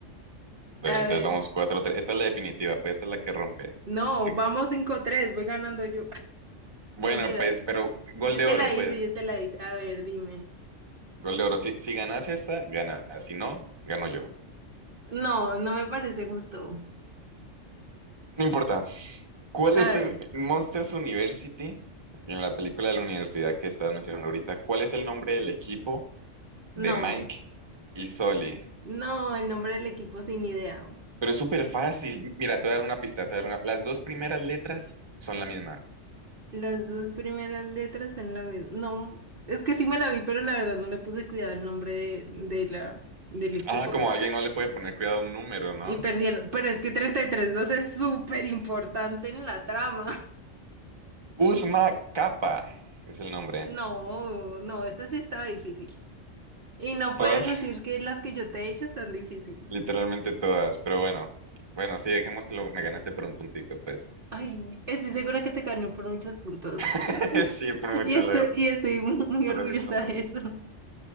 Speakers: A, on the right; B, on the right.
A: Bueno,
B: A
A: entonces
B: ver,
A: vamos 4-3. Esta es la definitiva, pues esta es la que rompe.
B: no,
A: Sí.
B: vamos cinco tres, voy ganando yo. <laughs>
A: Bueno,
B: Mentira,
A: pues, pero gol
B: yo
A: de
B: te
A: oro,
B: la
A: pues.
B: hice, yo te la hice. A ver, dime.
A: Gol de oro. Si, si ganas esta, gana. Si no, gano yo.
B: No, no me parece justo.
A: No importa. ¿Cuál
B: A
A: es
B: ver,
A: el Monsters University? En la película de la universidad que estás mencionando ahorita, ¿cuál es el nombre del equipo
B: no,
A: de Mike y Sully?
B: no, el nombre del equipo sin idea.
A: Pero es súper fácil. Mira, te voy a dar una pista, te voy a dar una- Las dos primeras letras son la misma.
B: Las dos primeras letras son lo mismo. No, es que sí me la vi, pero la verdad no le puse cuidado al nombre de, de la, del equipo.
A: Ah, como alguien no le puede poner cuidado a un número, ¿no?
B: Y perdieron, pero es que treinta y tres dos es súper importante en la trama. <laughs>
A: Uzma Capa es el nombre.
B: No, no, esta sí estaba difícil. Y no
A: Todas,
B: puedes decir
A: <laughs>
B: que las que yo te he hecho están difíciles.
A: literalmente todas, pero bueno. Bueno, sí, dejemos que lo- me ganaste por un puntico, pues.
B: Ay, estoy segura que te ganó por muchos puntos.
A: <laughs>
B: <laughs>
A: Sí, por mucho,
B: Y estoy,
A: la
B: y estoy <laughs> mu- muy
A: verdad,
B: orgullosa
A: sí, fueron por
B: de
A: mucho.
B: eso.